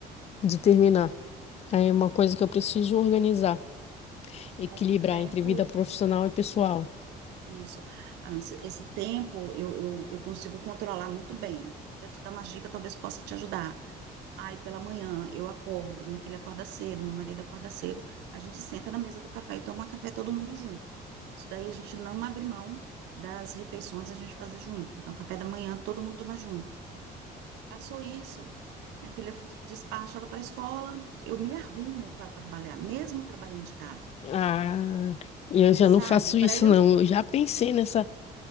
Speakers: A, on the left; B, on the right.
A: de terminar. Aí é uma coisa que eu preciso organizar,
B: Ah,
A: equilibrar
B: não, esse tempo,
A: entre vida profissional e pessoal.
B: isso. Ah, não, esse, esse tempo eu, eu, eu consigo controlar muito bem. Vou até te dar uma dica, talvez possa te ajudar. Ai, pela manhã eu acordo, minha filha acorda cedo, meu marido acorda cedo, a gente senta na mesa do café e toma café todo mundo junto. Isso daí a gente não abre mão das refeições a gente fazer junto. Então, café da manhã todo mundo toma junto. Passou isso. Minha filha despacha ela para a escola, eu me arrumo para trabalhar, mesmo trabalhando de casa,
A: Ah, eu já
B: sabe?
A: não faço
B: Para
A: isso,
B: eu
A: não. Eu já pensei nessa